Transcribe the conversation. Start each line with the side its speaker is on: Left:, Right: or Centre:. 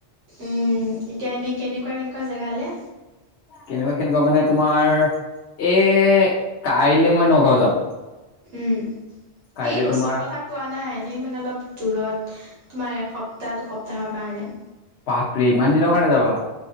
Right: উম এতিয়া এনেই কেনেকুৱা কেনেকুৱা জেগালে
Left: কেনেকুৱা কেনেকুৱা মানে তোমাৰ এই কাইলৈ মই নগাঁও যাম
Right: উম
Left: কাইলে
Right: সেই ওচৰৰ
Left: তোমাৰ
Right: কথা কোৱা নাই এনেই মানে অলপ দূৰত তোমাৰ এসপ্তাহ দুসপ্তাহ তাহৰ কাৰণে
Left: পাপৰে ইমান দিনৰ কাৰণে যাবা